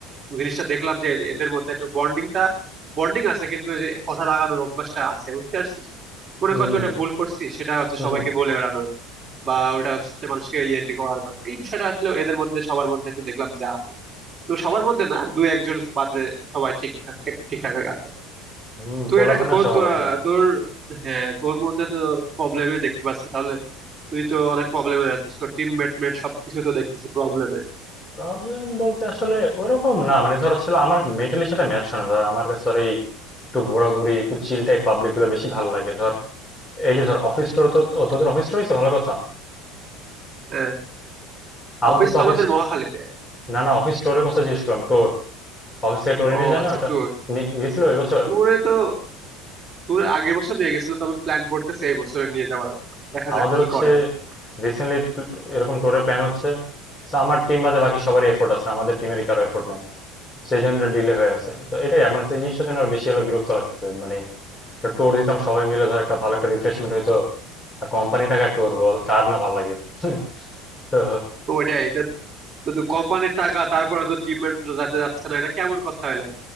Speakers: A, on the right (about 20°); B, on the left (about 20°).
A: জিনিসটা দেখলাম যে এদের এদের মধ্যে একটু বন্ডিংটা বন্ডিং আছে কিন্তু এই যে কথা লাগানোর অভ্যাসটা আছে বুঝতে পারছিস মনে
B: হুম
A: কর তুই একটা ভুল করছিস সেটা হচ্ছে
B: হুম
A: সবাইকে
B: হুম,
A: বলে বেড়ানো বা ওটা হচ্ছে মানুষকে ইয়ে টিয়ে করার বা- এই বিষয়টা আসলে এদের মধ্যে সবার মধ্যে একটু দেখলাম যে আছে তো সবার মধ্যে না দু একজন বাদে সবাই ঠিক ঠিকঠাক আছে
B: হুম
A: তুই
B: পোলাপানা
A: এটাকে তোর
B: স্বভাব
A: তো,
B: আর
A: আহ,
B: কি
A: তোর হ্যাঁ তোর মধ্যে তো প্রবলেমে দেখতে পাচ্ছি তাহলে তুই তো অনেক প্রবলেমে আছিস তোর টিম মেটমেট সবকিছু তো দেখতেছি প্রবলেমে
B: প্রবলেম বলতে আসলে ওরকম না মানে ধরো ছিল আমার মেন্টালির সাথে ম্যাচ হয় না ধর আমার কাছে ধর এই একটু ঘোরাঘুরি একটু চিল টাইপ পাবলিক গুলো বেশি ভালো লাগে ধর এই যে ধর অফিস স্টোর তো ও, তোদের অফিস স্টোরই তো ভালো কথা
A: হ্যাঁ
B: আমাদের
A: অফিস
B: তো
A: তো
B: অফিস
A: আমাদের মহাখালীতে
B: না না অফিস স্টোরের কথা জিজ্ঞেস করলাম টোর অফিস থেকে টোরে নিয়ে
A: ও
B: যায়
A: আচ্ছা
B: না ওটা
A: ট্যুর
B: নিয়ে গেছিল এবছর
A: ট্যুরে তো ট্যুরে আগের বছর নিয়ে গেছিল তবে প্ল্যান করতেছে এই বছরে নিয়ে যাওয়ার দেখা
B: আমাদের
A: যাক কি
B: হচ্ছে
A: করে
B: রিসেন্টলি এরকম টোরের প্ল্যান হচ্ছে So, আমার টিম বাদে বাকি সবারই এফোর্ট আছে আমাদের টিমের কারো এফোর্ট নাই সেই জন্য এটা ডিলে হয়ে আছে তো এটাই আমার কাছে এই জিনিসটার জন্য আর বেশি হলো বিরক্ত লাগতেছে মানে একটা টোর দিতাম সবাই মিলে ধর একটা ভালো একটা রিফ্রেশমেন্ট হইতো আর কোম্পানি টাকায় টোর বল কার না ভালো লাগে <laughs> তো
A: তো ওইটাই এটা তো তুই কোম্পানির টাকা তারপরে তো টিম মেট যাতে যাচ্ছে না এটা কেমন কথা হলো